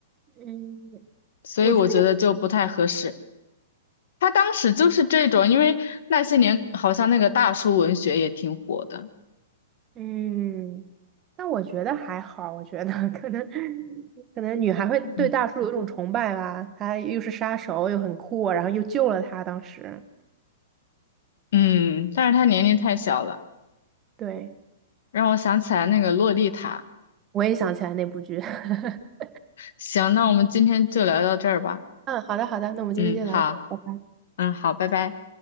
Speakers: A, on the right (about 30°); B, on the left (about 70°).
A: 嗯，
B: 所以我觉得就不太合适。
A: 我觉得也。
B: 他当时就是这种，因为那些年好像那个大叔文学也挺火的，
A: 嗯，但我觉得还好，我觉得 <laughs> 可能可能女孩会对大叔有一种崇拜吧，
B: 嗯，
A: 他又是杀手，又很酷，然后又救了他。当时，
B: 嗯但是他年龄太小了，
A: 对，
B: 让我想起来那个洛丽塔。
A: 我也想起来那部剧。<laughs>
B: 行，那我们今天就聊到这儿吧。
A: 嗯，好的好的，那我们今天就聊到这儿。
B: 嗯，好，
A: 拜拜
B: 嗯，好，拜拜。